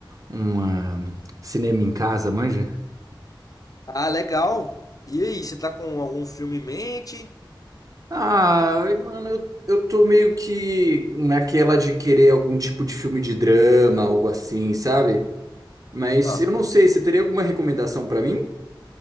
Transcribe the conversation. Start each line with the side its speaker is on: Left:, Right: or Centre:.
Right: um ah, cinema em casa, manja?
Left: Ah, legal. E aí, você tá com algum filme em mente?
Right: Ah, e, mano, eu, eu tô meio que naquela de querer algum tipo de filme de drama, algo assim, sabe? Mas
Left: Ah.
Right: eu não sei, você teria alguma recomendação para mim?